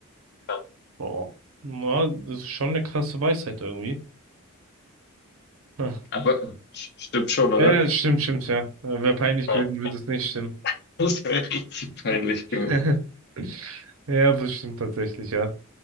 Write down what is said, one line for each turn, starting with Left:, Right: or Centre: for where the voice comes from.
Left: kann.
Right: Boah. Ja, das ist schon eine krasse Weisheit irgendwie. Hm.
Left: Aber äh, st- stimmt schon, oder?
Right: Ja, stimmt, stimmt, ja. Wäre peinlich
Left: Ja,
Right: gewesen, würde
Left: <laughs>
Right: es nicht stimmen.
Left: Das wäre richtig peinlich
Right: Hm. <laughs>
Left: gewesen.
Right: Ja, das stimmt tatsächlich, ja.